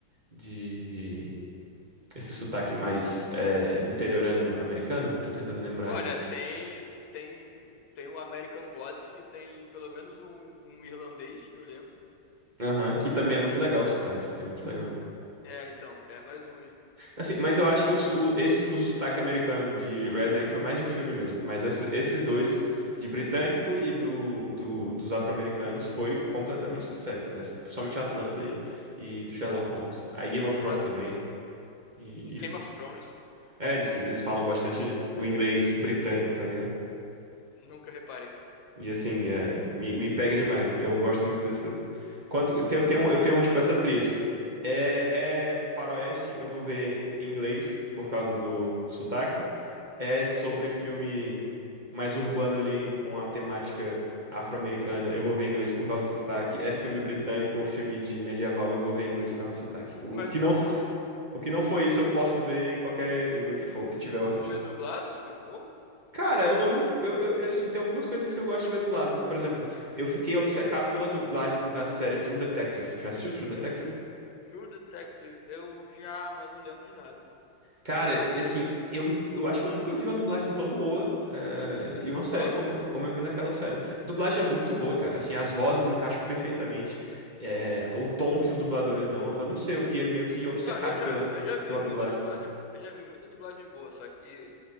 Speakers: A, on the right; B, on the left.
A: de esse sotaque mais é, interiorano americano. Tô tentando lembrar
B: Olha,
A: aqui.
B: tem, tem, tem o American Gods que tem pelo menos um, um irlandês que eu lembro.
A: Aham, que também é muito legal o sotaque, é muito legal.
B: É, então, já é mais um aí.
A: Assim, mas eu acho que o, o- esse do sotaque americano de Redneck foi mais de filme mesmo. Mas esse- esses dois, de britânico e do, do- dos afro-americanos, foi completamente de séries. Dessa, principalmente Atlanta e, e do Sherlock Holmes. Aí Game of Thrones
B: Mas
A: também.
B: tu-
A: E, e
B: Game
A: f-
B: of Thrones,
A: é, eles, eles falam bastante do inglês britânico, tá ligado?
B: nunca reparei.
A: E assim, é, me, me pega demais. Eu gosto muito dessa. Quando, eu tenho, eu tenho, tipo, essa tríade. É, é faroeste, eu vou ver em inglês por causa do sotaque. é sobre filme mais urbano ali com a temática afro-americana, eu vou ver em inglês por causa do sotaque. É filme britânico ou filme de medieval, eu vou ver em inglês por causa do sotaque. O,
B: Mas
A: o que não,
B: então tu,
A: o que não foi isso, eu posso ver em qualquer língua que for, que tiver eu assisto.
B: tu vê dublado, se for?
A: Cara,
B: Se
A: eu
B: for.
A: não me.
B: né?
A: imp- Eu, eu- eu, assim, tem algumas coisinhas que eu gosto de ver dublado. Por exemplo, eu fiquei obcecado pela dublagem da série True Detective. Tu Já assistiu True Detective?
B: True Detective, eu já, mas não lembro de nada.
A: Cara, e assim, eu, eu acho que eu nunca vi uma dublagem tão boa eh, e uma série
B: Nossa.
A: como, eu- como eu vi naquela série. A dublagem é muito boa, cara. Assim, as vozes encaixam perfeitamente. eh, o tom que os dubladores dão, eu não sei, eu fiquei meio que obcecado
B: Não, eu já,
A: pela,
B: eu já vi
A: pela
B: muita
A: dublagem.
B: dublagem, eu já vi muita dublagem boa, só que